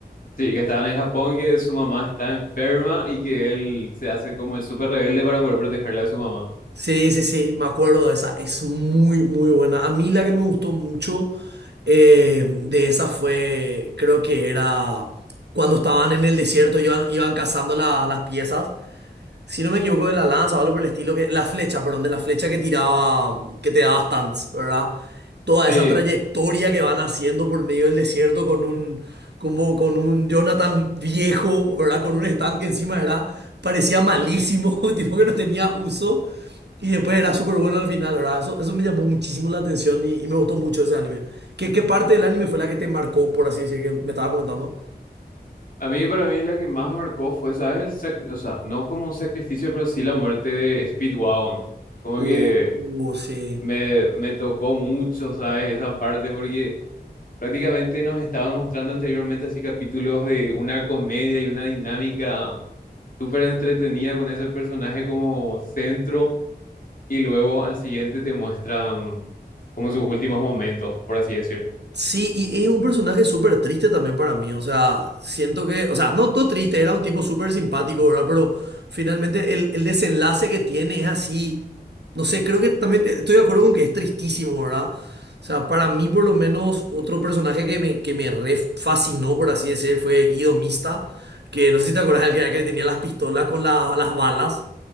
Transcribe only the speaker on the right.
Sí, sí, sí, me acuerdo de esa. Es muy, muy buena. A mí la que me gustó mucho eh, de esa fue, creo que era cuando estaban en el desierto, iban, iban cazando la- las piezas. Si no me equivoco, de la lanza o algo por el estilo, que, la flecha, perdón, de la flecha que tiraba, que te daba stunts, ¿verdad? Toda
esa trayectoria que van haciendo por medio del desierto con un, como con un Jonathan viejo, ¿verdad? Con un stand que encima era, parecía malísimo, <laughs> tipo que no tenía uso, y después era súper bueno al final, ¿verdad? Eso, eso me llamó muchísimo la atención y, y me gustó mucho ese anime. ¿Qué, qué parte del anime fue la que te marcó, por así decir, que me estaba comentando?
Uh,
uh, sí.
Sí, y es un personaje súper triste también para mí, o sea, siento que, o sea, no todo triste, era un tipo súper simpático, ¿verdad? Pero finalmente el, el desenlace que tiene es así, no sé, creo que también eh, estoy de acuerdo con que es tristísimo, ¿verdad? O sea, para mí por lo menos otro personaje que me, que me re fascinó, por así decir, fue Guido Mista, que no sé si te acuerdas del que, era que le tenía las pistolas con la- las balas